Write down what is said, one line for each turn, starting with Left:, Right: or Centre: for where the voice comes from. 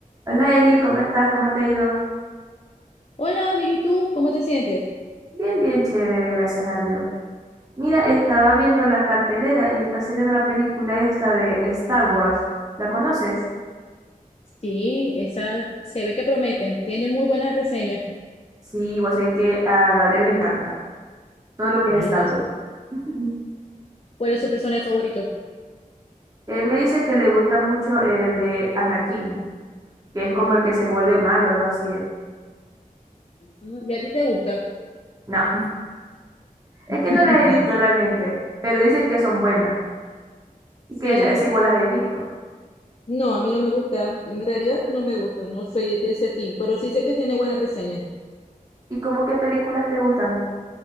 Right: Hola Eli, ¿cómo estás? ¿Cómo te ha ido?
Left: Hola, bien, ¿y tú? ¿Cómo te sientes?
Right: Bien, bien chévere, gracias a Dios. Mira, estaba viendo la cartelera y está saliendo la película esta de Star Wars. ¿La conoces?
Left: Sí, esa se ve que promete, tiene muy buenas reseñas.
Right: Sí, vos sabés que a Gabriel le encanta todo lo que
Left: Ay,
Right: es Star
Left: Dios,
Right: Wars. <laughs>
Left: ¿cuál es su personaje favorito?
Right: Él me dice que le gusta mucho el de Anakin, que es como el que se vuelve malo, algo así es.
Left: Mm, ¿Y a ti te gusta?
Right: No, es
Left: <laughs>
Right: que no las he visto realmente, pero dicen que son buenas y
Left: Sí,
Right: que esas esas igual las he visto.
Left: no, a mí no me gusta, en realidad no me gusta, no soy de ese team, pero sí sé que tiene buenas reseñas.
Right: ¿Y como qué películas te gustan?